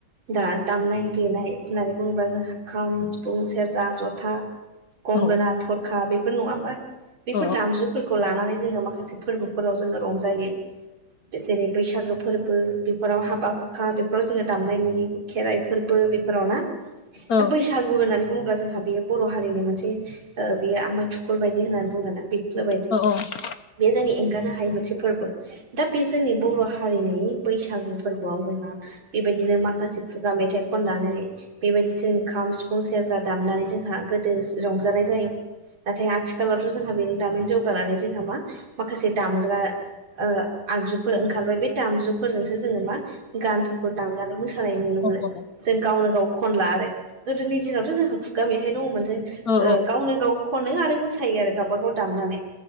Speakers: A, on the right; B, on the left.
A: दा दामनाय देनाय होननानै बुङोब्ला जोंहा खाम, सिफुं, सेरजा, जथा गंगोना,
B: औ
A: थरखा बेफोर नङा होमबा बेफोर
B: औ
A: दामजु फोरखौ लानानै जोङो माखासे फोरबोफोराव जोङो रंजायो। जेरै बैसागो फोरबो बेफोराव हाबा हुखा बेफोराव जोङो दामनाय नुयो खेराइ फोरबो बेफोराव ना दा
B: औ
A: बैसागु होननानै बुङोब्ला जोंहा बेयो बर' हारिनि मोनसे ओ बियो आमाइ थुखल बायदि होननानै बुङोना बिख्लो बाय
B: औ अ
A: बे जोंनि एंगारनो हायै मोनसे फोरबो। दा बे जोंनि बर' हारिनि बैसागु फोरबोआव जोंहा बेबायदिनो माखासे खुगा मेथाइ खननानै बेबायदि जों खाम, सिफुं, सेरजा दामनानै जोंहा गोदो रंजानाय जायो नाथाय आथिखालावथ' जोंहा बेजों दामिन जौगानानै जोंहा मा माखासे दामग्रा ओ आगजुफोर ओंखारबाय बे दामजुफोरजोंसो जोङो मा गानफोरखौ दामनानै मोसा मोसानाय नुनो मोनो
B: औ
A: जों गावनो गाव खनला आरो गोदोनि दिनावथ' जोंहा खुगा मेथाइ दङमोन जों ओ
B: औ
A: गावनो गाव खनो आरो मोसायो आरो गावबागाव दामनानै।